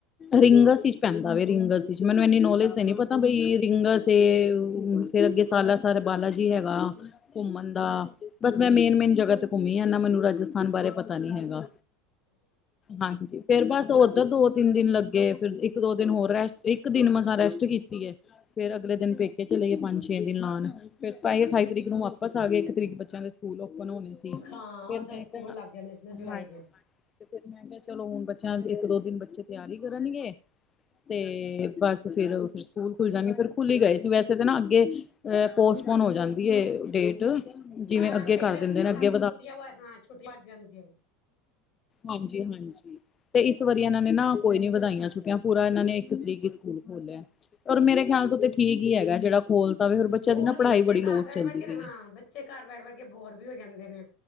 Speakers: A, on the left; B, on the left.
A: ਰਿੰਗਸ ਚ ਪੈਂਦਾ ਵੇ ਰਿੰਗਸ ਚ ਮੈਨੂੰ ਇਨੀ ਨੌਲੇਜ ਤੇ ਨੀ ਪਤਾ ਬਈ ਰਿੰਗਾਸ ਫੇਰ ਅੱਗੇ ਸਾਲਾਸਰਾ ਬਾਲਾ ਜੀ ਹੈਗਾ। ਘੁੰਮਣ ਦਾ ਬਸ ਮੈਂ ਮੇਨ ਮੇਨ ਜਗ੍ਹਾ ਤੇ ਘੁੰਮੀ ਆ ਇਨਾ ਮੈਨੂੰ ਰਾਜਸਥਾਨ ਬਾਰੇ ਪਤਾ ਨੀ ਹੈਗਾ। ਹਾਂਜੀ ਫੇਰ ਬਸ ਓਧਰ ਦੋ ਓ ਤਿੰਨ ਦਿਨ ਲੱਗੇ ਫਿਰ ਇੱਕ ਦੋ ਦਿਨ ਹੋਰ ਰੈਸਟ ਇੱਕ ਦਿਨ ਮਸ ਰੈਸਟ ਕੀਤੀ ਐ। ਫੇਰ ਅਗਲੇ ਦਿਨ ਪੇਕੇ ਚਲੇ ਗਏ ਪੰਜ-ਛੇ ਦਿਨ ਲਾਣ। ਫਿਰ ਸਤਾਈ, ਅਠਾਈ ਤਰੀਕ ਨੂੰ ਵਾਪਸ ਆ ਗਏ, ਇੱਕ ਤਰੀਕ ਬੱਚਿਆਂ ਦੇ ਸਕੂਲ ਓਪਨ ਹੋਣੇ ਸੀ।
B: ਹਾਂ
A: ਫਿਰ
B: ਉਧਰ
A: ਮੈਂ
B: ਸਕੂਲ
A: ਕਿਹਾ
B: ਲੱਗ ਜਾਣੇ ਸੀਗੇ ਜੁਲਾਈ
A: ਹਾਂਜੀ ਹਾਂਜੀ
B: ਚ।
A: ਤੇ ਫਿਰ ਮੈਂ ਕਿਹਾ ਚਲੋ ਹੁਣ ਬੱਚਿਆਂ ਇੱਕ ਦੋ ਦਿਨ ਬੱਚੇ ਤਿਆਰੀ ਕਰਨਗੇ। ਤੇ ਬਸ ਫੇਰ ਓ ਸਕੂਲ ਖੁੱਲ ਜਾਣੀ ਫਿਰ ਖੁੱਲੀ ਗਏ ਸੀ ਵੈਸੇ ਤਾਂ ਨਾ ਅੱਗੇ ਪੋਸਟਪੋਨ ਹੋ ਜਾਂਦੀ ਐ ਡੇਟ ਜਿਵੇਂ
B: ਹਾਂ
A: ਅੱਗੇ
B: ਕਈ
A: ਕਰ
B: ਵਾਰ
A: ਦਿੰਦੇ
B: ਰਮੀਆਂ
A: ਨੇ ਅੱਗੇ
B: ਕਰਕੇ ਛੁੱਟੀਆਂ ਵ ਹਾਂ ਛੁੱਟੀਆਂ ਵਧ ਜਾਂਦੀਐ।
A: ਹਾਂਜੀ-ਹਾਂਜੀ ਤੇ ਇਸ ਵਾਰੀ ਇਨਾਂ ਨੇ ਨਾ ਕੋਈ ਨੀ ਵਧਾਈਆਂ ਛੁੱਟੀਆਂ ਪੂਰਾ ਇਨਾਂ ਨੇ ਇੱਕ ਤਰੀਕ ਈ ਸਕੂਲ ਖੋਲਿਆ। ਔਰ ਮੇਰੇ ਖਿਆਲ ਤੋਂ ਤੇ ਠੀਕ ਹੀ ਹੈਗਾ ਜਿਹੜਾ ਖੋਲ ਤਾਂ ਵੀ ਬੱਚਾ
B: ਹੋਰ
A: ਦੀ ਨਾ
B: ਕੀ
A: ਪੜ੍ਹਾਈ
B: ਬੱਚੇ
A: ਬੜੀ
B: ਘਰ
A: ਲੋਸ
B: ਬੈਠ
A: ਚੱਲਦੀ
B: ਬੈਠ ਕੇ
A: ਪਈ
B: ਹਾਂ
A: ਐ।
B: ਬੱਚੇ ਘਰ ਬੈਠ-ਬੈਠ ਕੇ ਬੋਰ ਵੀ ਹੋ ਜਾਂਦੇ ਨੇ।